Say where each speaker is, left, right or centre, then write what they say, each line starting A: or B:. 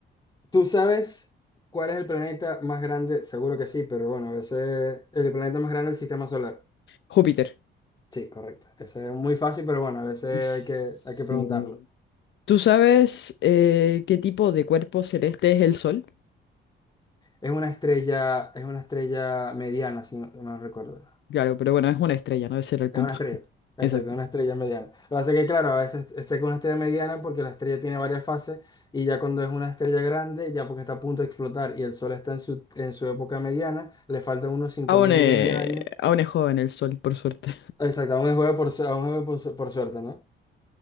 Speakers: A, on the left; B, on the left.
A: ¿Tú sabes cuál es el planeta más grande? Seguro que sí, pero bueno, a veces el planeta más grande del sistema solar.
B: Júpiter.
A: Sí, correcto. Ese es muy fácil, pero bueno, a veces
B: Sí.
A: hay que, hay que preguntarlo.
B: ¿Tú sabes eh, qué tipo de cuerpo celeste es el Sol?
A: Es una estrella, es una estrella mediana, si no no recuerdo.
B: Claro, pero bueno, es una estrella, ¿no? Ese era el
A: Es
B: punto.
A: una estrella.
B: <laughs>
A: Exacto,
B: Exacto.
A: una estrella mediana. Lo que pasa es que, claro, a veces sé que es una estrella mediana porque la estrella tiene varias fases y ya cuando es una estrella grande, ya porque está a punto de explotar y el Sol está en su, en su época mediana, le faltan unos cinco
B: Aún
A: mil
B: es,
A: millones de años.
B: aún es joven el Sol, por suerte.
A: Exacto, aún es juego por, su- aún es juego por, su- por suerte, ¿no?